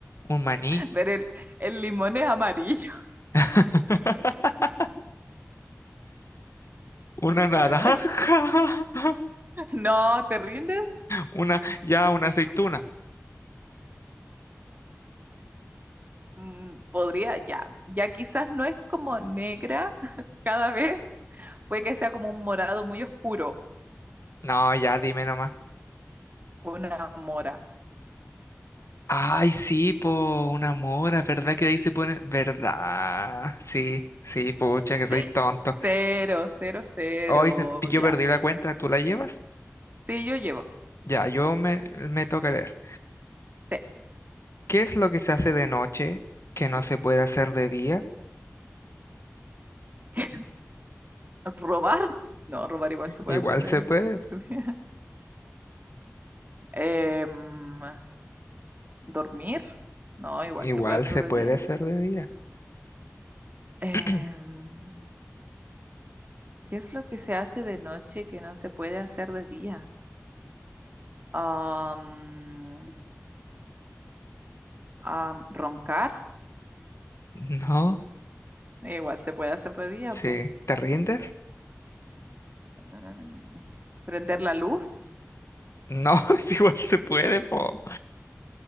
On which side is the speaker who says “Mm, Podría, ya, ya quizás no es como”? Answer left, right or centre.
Right